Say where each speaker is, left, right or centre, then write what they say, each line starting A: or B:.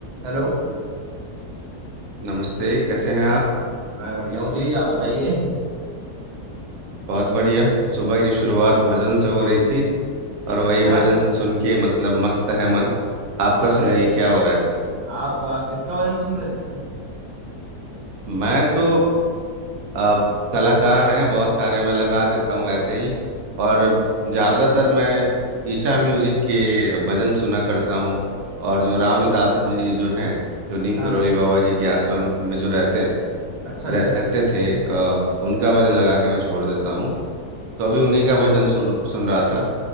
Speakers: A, on the right; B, on the right.
A: Hello
B: नमस्ते कैसे हैं आप
A: मैं बढ़िया हूँ जी आप बताइए
B: बहुत बढ़िया सुबह की शुरुआत भजन से हो रही थी और वही
A: अच्छा
B: भजन सुन के मतलब मस्त है मन आपका सुनाइए
A: अरे
B: क्या हो रहा है
A: आप आ, किसका भजन सुन रहे थे
B: मैं तो आ, कलाकार हैं बहुत सारे मैं लगा देता हूँ ऐसे ही और ज़्यादातर मैं ईशा म्यूज़िक के भजन सुना करता हूँ और जो रामदास
A: अच्छा
B: जी जो हैं जो नीम
A: हाँ
B: करोली
A: हाँ,
B: बाबा जी के आश्रम में जो रहते हैं
A: अच्छा अच्छा
B: रहते
A: अच्छा
B: थे आ, उनका भजन लगा के मैं छोड़ देता हूँ तो अभी उन्हीं का भजन सुन सुन रहा था